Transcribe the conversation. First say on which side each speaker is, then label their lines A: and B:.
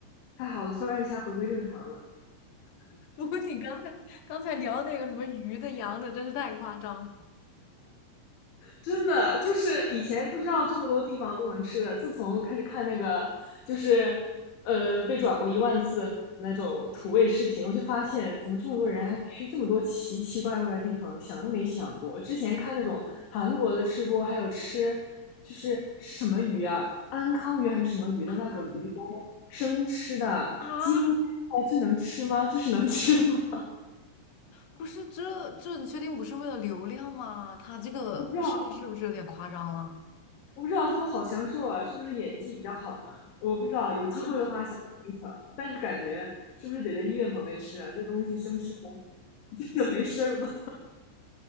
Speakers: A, on the left (about 70°); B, on the left (about 50°).
A: 太好了，突然一下回归正常了。
B: <laughs> 不过你刚才刚才聊那个什么鱼的、羊的，真是太夸张了
A: 真的就是以前不知道这么多地方都能吃的，自从开始看那个就是呃被转过一万次的那种土味视频，我就发现怎么这么多人还吃这么多奇奇怪怪的地方，想都没想过。之前看那种韩国的吃播，还有吃就是是什么鱼啊，安康鱼还是什么鱼的那个鱼干生吃的，
B: 啊啊！
A: 金带这能吃吗？这是能吃的吗？
B: 不是这这，你确定不是为了流量吗？他这个吃的是不是有点夸张了？
A: <laughs> 我不知道，我不知道他们好享受啊，是不是演技比较好呢？我不知道，有机会的话想尝一尝，
B: 啊，
A: 但是感觉是不是得在医院旁边吃啊？这东西生吃了 <laughs> 真的没事儿吗？